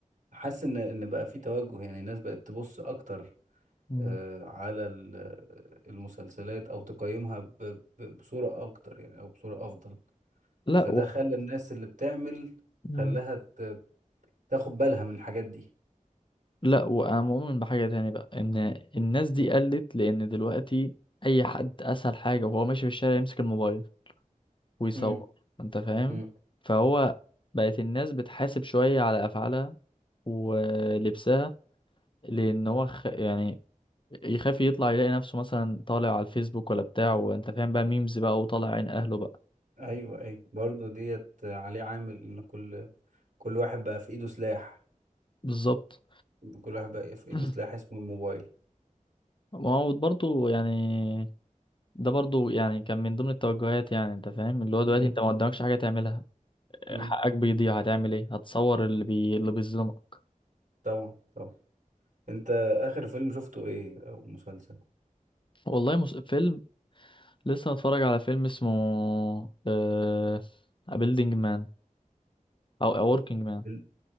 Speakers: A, on the right; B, on the left.
A: حاسس إن إن بقى في توجه يعني الناس بقت تبص أكتر
B: مم.
A: آه، على ال- المسلسلات او تقيمها ب- ب- بصورة اكتر يعني او بصورة افضل
B: لا
A: فده
B: و...
A: خلى الناس اللي بتعمل
B: مم.
A: خلاها ت- تاخد بالها من الحاجات دي
B: لا وانا مؤمن بحاجة تاني بقى ان الناس دي قلت لان دلوقتي اي حد اسهل حاجة وهو ماشي في الشارع يمسك الموبايل ويصور
A: امم
B: انت فاهم
A: امم
B: فهو بقت الناس بتحاسب شوية على أفعالها ولبسها لأن هو خ... يعني يخاف يطلع يلاقي نفسه مثلا طالع على الفيسبوك ولا بتاع وانت فاهم بقى ميمز بقى وطالع عين أهله بقى
A: ايوه ايوه برضو ديت عليه عامل ان كل كل واحد بقى في ايده سلاح
B: بالظبط
A: كل واحد بقى في ايده
B: <clears throat>
A: سلاح اسمه الموبايل
B: ما هو برضه يعني ده برضه يعني كان من ضمن التوجهات يعني انت فاهم اللي هو دلوقتي
A: امم
B: انت ما قدامكش حاجة تعملها
A: امم
B: حقك بيضيع هتعمل ايه هتصور اللي بي... اللي بيظلمك
A: طبعا طبعا انت اخر فيلم شفته ايه او مسلسل
B: والله مس... فيلم لسه هتفرج على فيلم اسمه آه... A Building Man أو A Working Man
A: ال-